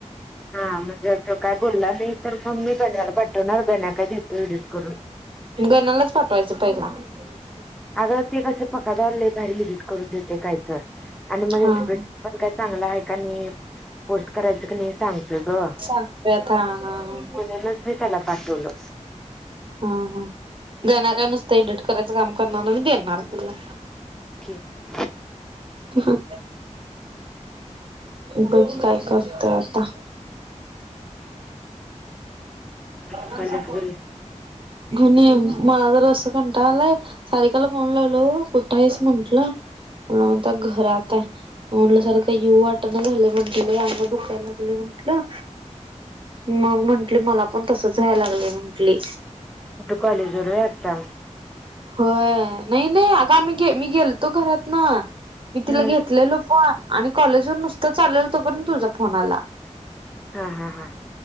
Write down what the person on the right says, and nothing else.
गनालाच पाठवायचं पहिला ह हो
हा
हा
सांगत्यात हा हा हा
हा हा गणा काय नुसतं एडिट करायचं काम करणार आणि देणार तुला
ह बघ काय करतय आता
ण
श
गणे मदर असस कटले सरकला फोन लावल पुठ्टायस म्हंटलं मण त्या घरात आहे म्हल्या सारखं यव वाटण झाले म्हंटले अग दुखायला लागले म्हंटलं मग म्हंटली मला पण तसच जायला लागलंय म्हंटली
होय नाही नाही आगा आम्ही गे मी गेलतो घरात ना मी
तिला घेतलेलो पण आणि कॉलेज वर नुसतं चालेल तो पणंत तुझा फोन आला